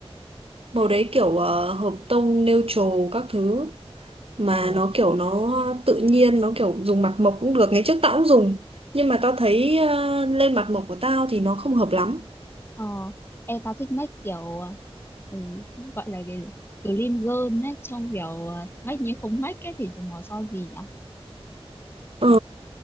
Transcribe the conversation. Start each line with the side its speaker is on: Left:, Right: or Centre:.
Right: Màu đấy kiểu ờ, hợp tông, neutral các thứ. mà
Left: Ồ,
Right: nó kiểu nó tự nhiên nó kiểu dùng mặt mộc cũng được ngày trước tao cũng dùng nhưng mà tao thấy ờ, lên mặt mộc của tao thì nó không hợp lắm
Left: ờ, ê tao thích make kiểu, à, ừ, gọi là cái gì? Clean girl ấy, trông kiểu à, make như không make ấy thì dùng màu son gì nhỉ?
Right: ờ,